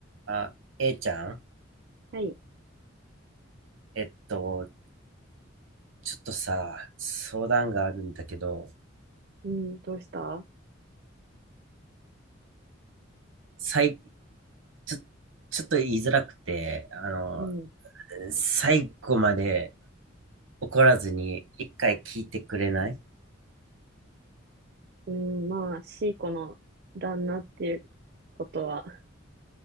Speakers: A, on the right; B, on the right.
A: あ、A ちゃん、
B: はい。
A: えっと、ちょっとさ、相談があるんだけど、
B: うん、どうした
A: 最、ちょ、ちょっと言いづらくて、あの、
B: うん。
A: 最後まで怒らずに一回聞いてくれない
B: うん、まあ、シーコの旦那っていうことは、